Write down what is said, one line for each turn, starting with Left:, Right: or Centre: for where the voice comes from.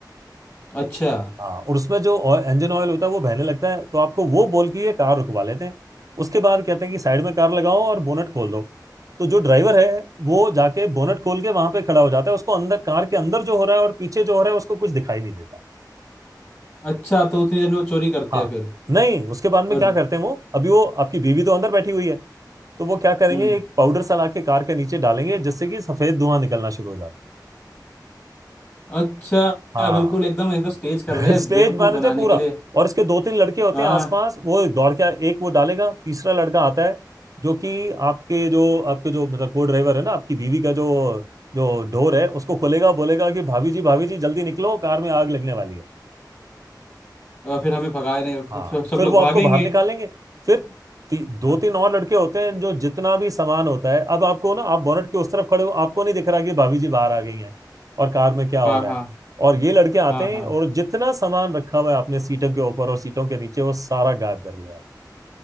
Left: अच्छा
Right: हाँ और उसमें जो इंजन ऑयल होता है वो बहने लगता है तो आपको वो बोल के ये कार रुकवा लेते हैं उसके बाद कहते हैं कि साइड में कार लगाओ और बोनट खोल दो तो जो ड्राइवर है वो जाके बोनट खोल के वहां पे खड़ा हो जाता है उसको अंदर कार के अंदर जो हो रहा है और पीछे जो हो रहा है उसको कुछ दिखाई नहीं देता
Left: अच्छा तो उतनी देर में वो चोरी करते
Right: हाँ
Left: हैं फिर
Right: नहीं उसके बाद में
Left: और
Right: क्या करते हैं वो अभी वो आपकी बीवी तो अंदर बैठी हुई है तो वो क्या करेंगे
Left: हम्म
Right: एक पाउडर सा ला के कार के नीचे डालेंगे जिससे कि सफेद धुआं निकलना शुरू हो जाता है
Left: अच्छा
Right: हाँ
Left: बिल्कुल एकदम एकदम
Right: <laughs>
Left: स्टेज कर
Right: फिर
Left: रहे हैं
Right: स्टेज
Left: बेवकूफ
Right: मैनेजर
Left: बनाने
Right: पूरा
Left: के लिए
Right: और इसके दो तीन लड़के होते
Left: हाँ
Right: हैं आसपास वो दौड़ के एक वो डालेगा तीसरा लड़का आता है जो कि आपके जो आपके जो मतलब को ड्राइवर है ना आपकी बीवी का जो जो डोर है उसको खोलेगा बोलेगा कि भाभी जी भाभी जी जल्दी निकलो कार में आग लगने वाली है
Left: और फिर हमें भगाने फिर
Right: हाँ
Left: सब सब
Right: फिर
Left: लोग
Right: वो
Left: भागेंगे
Right: आपको बाहर निकालेंगे फिर ती, दो
Left: हाँ
Right: तीन और लड़के होते हैं जो जितना भी सामान होता है अब आपको ना आप बोनट के उस तरफ खड़े हो आपको नहीं दिख रहा कि भाभी जी बाहर आ गई हैं और कार में क्या हो
Left: हाँ
Right: रहा
Left: हाँ
Right: है और ये लड़के आते
Left: हाँ हाँ
Right: हैं और जितना सामान रखा हुआ है आपने सीटों के ऊपर और सीटों के नीचे वो सारा गायब कर दिया